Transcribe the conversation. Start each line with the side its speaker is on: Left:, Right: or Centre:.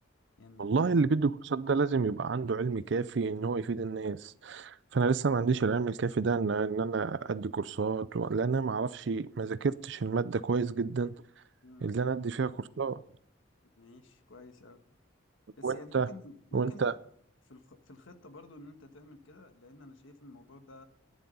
Left: يعني
Right: والله اللي بيدي كورسات ده لازم يبقى عنده علم كافي ان هو يفيد الناس فانا لسه ما عنديش العلم الكافي ده ان ان انا ادي كورسات و- لان انا ما اعرفش ما ذاكرتش المادة كويس جدا
Left: مم،
Right: اللي انا ادي فيها كورسات
Left: ماشي كويس قوي بس
Right: وانت
Left: يعني ممكن ممكن
Right: وانت
Left: ت- في الخ... في الخطة برضو ان انت تعمل كده لان انا شايف الموضوع ده